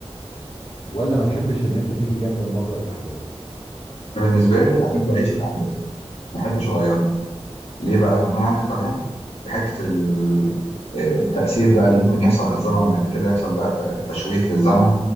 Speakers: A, on the left (about 85°); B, on the left (about 70°).
A: ولا ما تحبش ان انت تيجي جنب مجرى الاحداث
B: بالنسبه لي احب اعيش الاحداث ما احبش اغيرها ليه بقى ان انا عندي قناعه بحته ال- إيه، التاثير بقى اللي ممكن يحصل على الزمن بعد كده يحصل بقى ت- تشويه في الزمن